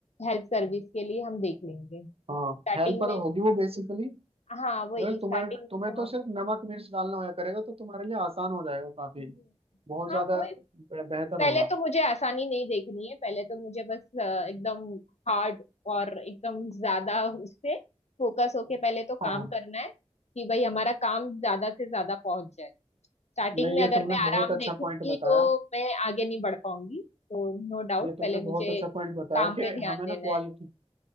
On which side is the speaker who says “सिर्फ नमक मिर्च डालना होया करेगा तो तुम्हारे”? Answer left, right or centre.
Right